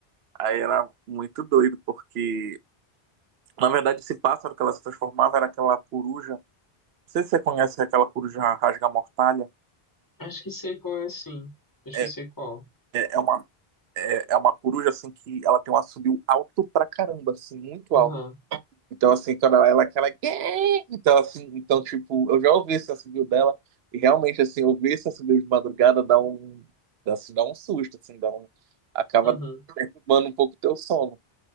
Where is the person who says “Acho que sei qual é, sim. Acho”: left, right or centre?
Left